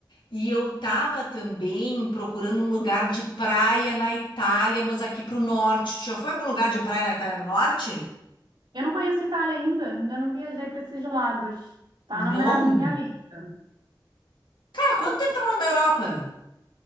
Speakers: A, on the left; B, on the right.
A: E eu tava também procurando um lugar de praia na Itália, mas aqui pro norte. Tu já foi a algum lugar de praia na Itália do Norte?
B: Eu não conheço Itália ainda, ainda não viajei para esses lados. Tá
A: Não?
B: na minha, minha lista.
A: Cara, quanto tempo tá morando na Europa?